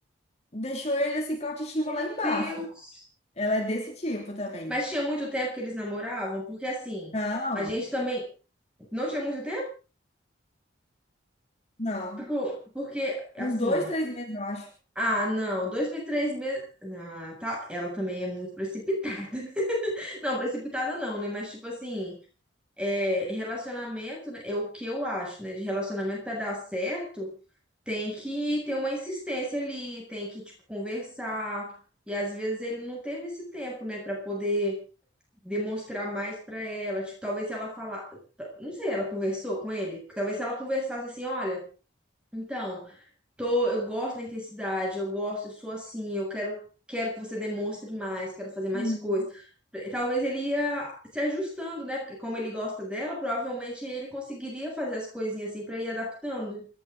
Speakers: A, on the left; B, in the centre.
A: deixou ele assim com a autoestima
B: Meu
A: lá embaixo.
B: Deus!
A: Ela é desse tipo também.
B: Mas tinha muito tempo que eles namoravam? Porque assim,
A: Não,
B: a gente também. Não tinha muito
A: não.
B: Ficou, porque, assim,
A: Uns dois, três meses, eu acho.
B: ah, não, 2003 meses. Ah, tá, ela também é muito precipitada. <laughs> Não, precipitada não, né? Mas, tipo assim, é, relacionamento, né, é o que eu acho, né? De relacionamento pra dar certo, tem que ter uma insistência ali, tem que, tipo, conversar. E às vezes ele não teve esse tempo, né, Pra poder demonstrar mais pra ela. Tipo, talvez se ela falar, não sei, ela conversou com ele? Talvez se ela conversasse assim, olha. Então, Tô, eu gosto da intensidade, eu gosto, eu sou assim, eu quero, quero que você demonstre mais, quero fazer mais
A: Uhum.
B: coisas. Pre- Talvez ele ia se ajustando, né? Porque como ele gosta dela, provavelmente ele conseguiria fazer as coisinhas assim pra ir adaptando.